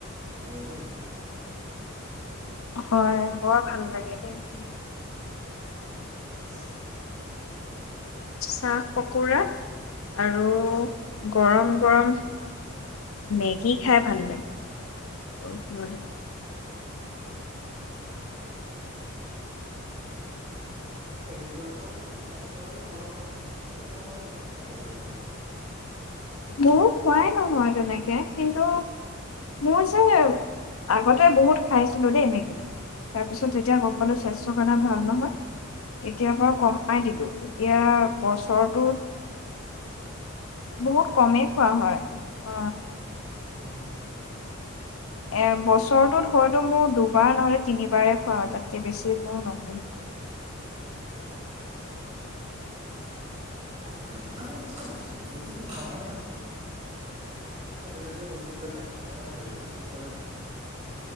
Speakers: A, on the right (about 30°); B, on the left (about 75°).
A: আমেজেই সুকীয়া
B: হয় বৰ ভাল লাগে দেই তেনে
A: <inaudible>
B: চাহ পকুৰা আৰু গৰম গৰম মেগী খাই ভাল লাগে অহ
A: মেগীটো আকৌ ইমান স্বাস্থ্যৰ কাৰণে ভাল নহয় সেইটো কাৰণে মই নাখাাও আৰু ইমানো
B: মোৰো খোৱাই নহয় তেনেকে কিন্তু মোৰ যে আগতে বহুত খাইছিলো দেই মেগি তাৰ তাৰপিছত যেতিয়া গম পালো স্বাস্থ্য কাৰণে ভাল নহয় তেতিয়াৰ পৰা কমাই দিলো এতিয়া বছৰটোত বহুত কমেই খোৱা হয় অ
A: হ হ হ
B: এ বছৰটোত হয়তো মোৰ দুবাৰ নহলে তিনিবাৰে খোৱা তাতকে বেছি মোৰ নহয়ে
A: আছো তেনেকে খালে একো নাই বেছিকে ঘনাই খালে তেনেজাতীয় বস্তুবিলাকে আমাৰ হেল্থত এফেক্ট কৰে